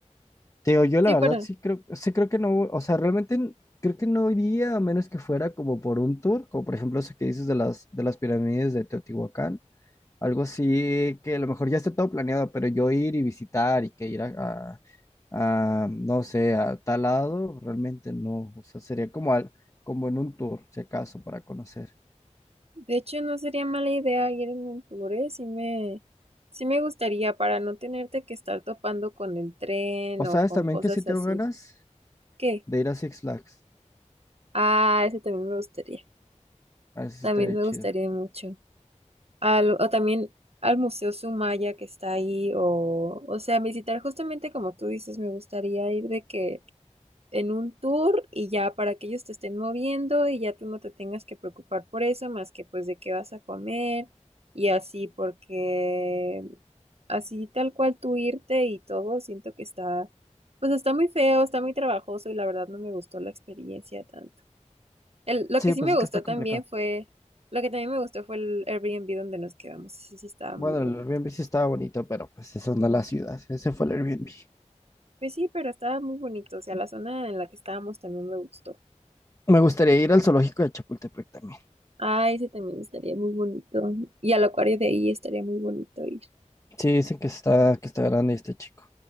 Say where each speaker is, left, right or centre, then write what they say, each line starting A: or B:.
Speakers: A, on the left (about 25°); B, on the right (about 55°).
A: Teo, yo
B: Sí,
A: la verdad
B: para
A: sí creo sí creo que no, o sea, realmente n- creo que no iría a menos que fuera como por un tour, como por ejemplo ese que dices de las de las pirámides de Teotihuacán. Algo así que a lo mejor ya esté todo planeado, pero yo ir y visitar y que ir a, a- a, no sé, a tal lado, realmente no. O sea, sería como, al, como en un tour, si acaso, para conocer.
B: de hecho no sería mala idea ir en un tour, ¿eh? Sí me, sí me gustaría para no tenerte que estar topando con el tren
A: O sabes
B: o con
A: también
B: cosas
A: que sí tengo
B: así.
A: ganas
B: ¿Qué?
A: de ir a Six Flags.
B: Ah, eso también me gustaría.
A: A ver si
B: También
A: estaría
B: me
A: chido.
B: gustaría mucho. Al- o también al Museo Sumaya que está ahí, o, o sea, visitar justamente como tú dices, me gustaría ir de que en un tour y ya para que ellos te estén moviendo y ya tú no te tengas que preocupar por eso, más que pues de qué vas a comer y así, porque así tal cual tú irte y todo, siento que está, pues está muy feo, está muy trabajoso y la verdad no me gustó la experiencia tanto. El- lo
A: Sí,
B: que sí
A: pues
B: me
A: es
B: gustó
A: que está complicado.
B: también fue, lo que también me gustó fue el Airbnb donde nos quedamos, ese sí estaba
A: Bueno,
B: muy bonito.
A: el Airbnb sí estaba bonito, pero pues eso no es la ciudad. Ese fue el Airbnb.
B: Pues sí, pero estaba muy bonito, o sea, la zona en la que estábamos también me gustó.
A: Me gustaría ir al zoológico de Chapultepec también.
B: Ah, ese también estaría muy bonito. Y al acuario de ahí estaría muy bonito ir.
A: Sí, dicen que está, que está grande y está chico.